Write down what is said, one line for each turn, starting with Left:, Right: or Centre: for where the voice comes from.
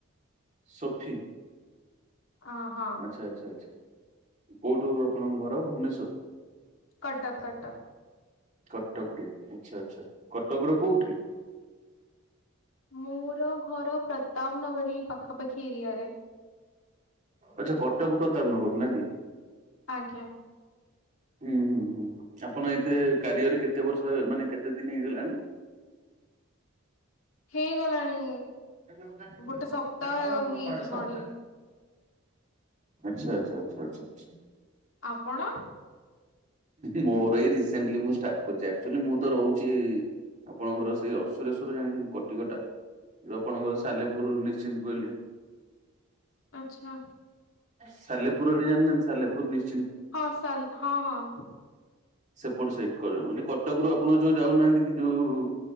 Right: ସୋଫି
Left: ଅ ହଁ
Right: ଆଛା ଆଛା ଆଛା। କୋଉଠୁ ଆପଣଙ୍କ ଘର ଭୁବନେଶ୍ଵର?
Left: କଟକ କଟକ।
Right: କଟକରେ ଆଚ୍ଛା ଆଛା କଟକର କୋଉଠି।
Left: ମୋର ଘର ପ୍ରତାପ ନଗରୀ ପାଖାପାଖି ଏରିଆରେ
Right: ଆଛା କଟକ ପ୍ରତାପ ନଗର ନାକିି?
Left: ଆଜ୍ଞା।
Right: ହୁଁ ହୁଁ ହୁଁ ଆପଣ ଏତେ କାରିଆରେ କେତେ ବର୍ଷ ମାନେ କେତେ ଦିନ ହେଇଗଲାଣି?
Left: ହେଇଗଲାଣି।
Right: ଖ
Left: ଗୋଟେ ସପ୍ତାହ
Right: ଆମର
Left: ହେଇଯିବଣି।
Right: ପା <unintelligible> ଆଚ୍ଛା ଆଚ୍ଛା ଆଚ୍ଛା ଆ।
Left: ଆପଣ?
Right: ମୋର ଏଇ ରିସେଣ୍ଟଲି ମୁଁ ଷ୍ଟାର୍ଟ କରୁଛି ଆପଚୁଆଲି ମୁଁ ତ ରହୁଚି ଆପଣଙ୍କର ସେଇ ଅଶିରଶ୍ୱର ଜାଣିଛନ୍ତି କଟିିକଟା। ଯେଉଁ ଆପଣଙ୍କର ସାଲେପୁରୁ ନିଶ୍ଚିନ୍ତକୋଇଲି।
Left: ଆଚ୍ଛା।
Right: ସାଲେପୁର <unintelligible> ସାଲେପୁର ମି
Left: ହଁ ସାଲ ହଁ ହଁ।
Right: ସେପଟ ସଇଟ କର ମାନେ କଟକ ରୁ ଆପଣ ଯୋଉ ଯାଉନାହାନ୍ତି କି ଯୋଉ